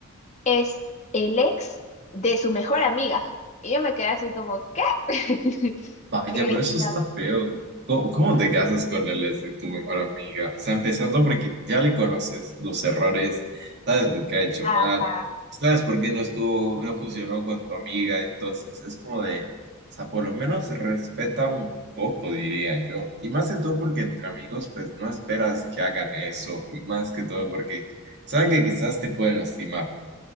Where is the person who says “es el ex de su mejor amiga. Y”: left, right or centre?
Left